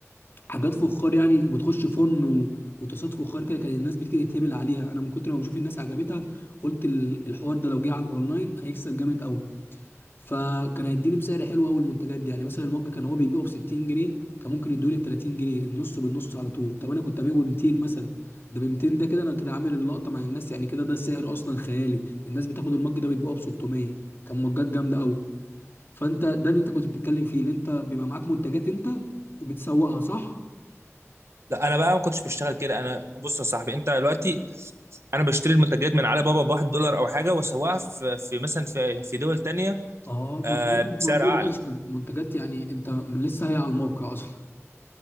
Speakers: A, on the left (about 45°); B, on the right (about 60°).
A: حاجات فخار يعني وبتخش فن و... وتصاد فخار كده كان الناس بتيجي تتهبل عليها انا من كتر ما بشوف الناس عجبتها قلت ال- الحوار ده لو جه على الاونلاين هيكسب جامد قوي فكان هيديني بسعر حلو قوي المنتجات دي يعني مثلا المج كان هو بيبيعه ب 60 جنيه كان ممكن يدوني ب 30 جنيه النص بالنص على طول طب انا كنت ابيعه ب 200 مثلا ده ب 200 ده كده انا كده عامل اللقطه مع الناس يعني كده ده سعر اصلا خيالي الناس بتاخد المج ده بيبيعه ب 600 كان مجات جامده قوي فانت ده اللي انت كنت بتتكلم فيه اللي انت بيبقى معاك منتجات انت وبتسوقها صح
B: لا انا بقى ما كنتش بشتغل كده انا بص يا صاحبي انت دلوقتي انا بشتري المنتجات من علي بابا بواحد دولار او حاجه واسواها في, في مثلا في, في دول تانية
A: اه منتجات
B: آه
A: مش
B: بسعر
A: موجوده
B: اعلى
A: اصلا منتجات يعني انت من لسه هي على الموقع اصلا